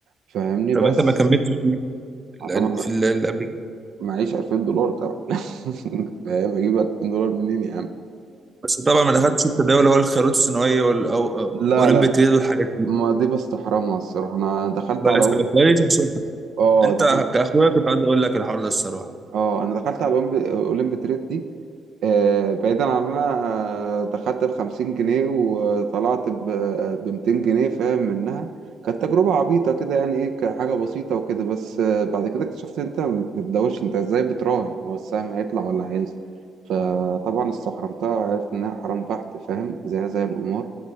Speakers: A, on the right; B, on the right.
A: فاهمني
B: طب
A: بس
B: أنت ما كملتش في ال-
A: آه طبعا
B: في ال- اللي قبل كده.
A: معيش 2000 دولار طبعا <laughs> فاهم اجيب 2000 دولار منين يا عم
B: بس طبعا ما دخلتش في التداول اللي هو الخيارات الثانوية والأولمبي
A: لا لا
B: تريد والحاجات دي
A: ما دي بستحرمها الصراحة انا دخلت
B: بس
A: على أم-
B: يبقى كويس عشان
A: اه
B: أنت
A: دخلت
B: كأخويا كنت عايز أقول لك الحوار ده الصراحة
A: اه انا دخلت على أولمب- اولمب تريد دي آه، بعيدا عن إن انا دخلت بخمسين جنيه وطلعت بمتين جنيه فاهم منها كانت تجربة عبيطة كده يعني ايه كحاجة بسيطة وكده بس آه، بعد كده اكتشفت إن انت ما بتبدأوش انت ازاي بتراهن هو السهم هيطلع ولا هينزل فطبعا استحرمتها عرفت انها حرام بحت فاهم زيها زي القمار